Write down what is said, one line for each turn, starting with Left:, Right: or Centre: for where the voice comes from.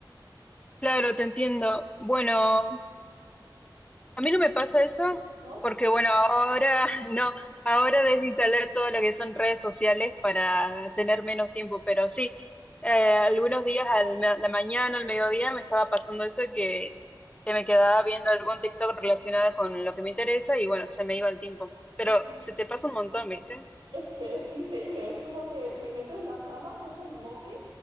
Left: Claro, te entiendo. Bueno, A mí no me pasa eso
Right: ¿no?
Left: porque, bueno, ahora <laughs> no, ahora desinstalé todo lo que son redes sociales para tener menos tiempo, pero sí, eh, algunos días a la mañana, al mediodía, me estaba pasando eso de que, que me quedaba viendo algún TikTok relacionado con lo que me interesa y, bueno, se me iba el tiempo.
Right: Sí.
Left: Pero se te pasa un montón, ¿viste?
Right: Es que es increíble, es como que me meto en la cama, cojo el móvil